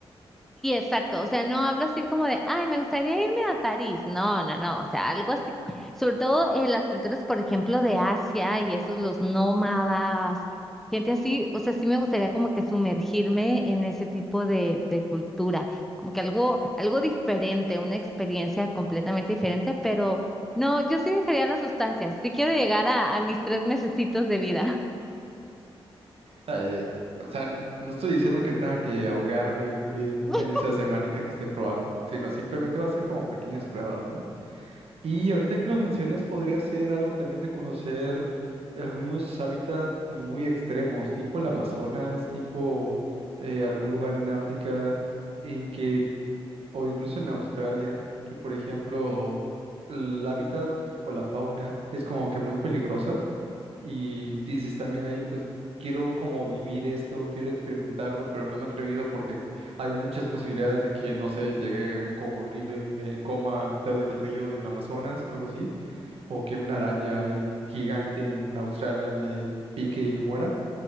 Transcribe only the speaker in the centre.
Sí, exacto. O sea, no hablo así como de, ay, me gustaría irme a París. No, no, no. O sea, algo así. Sobre todo en las culturas, por ejemplo, de Asia y esos, los nómadas, gente así. O sea, sí me gustaría como que sumergirme en ese tipo de, de cultura. Como que algo, algo diferente, una experiencia completamente diferente. Pero no, yo sí dejaría las sustancias. Sí quiero llegar a, a mis tres mesecitos de vida.
<laughs>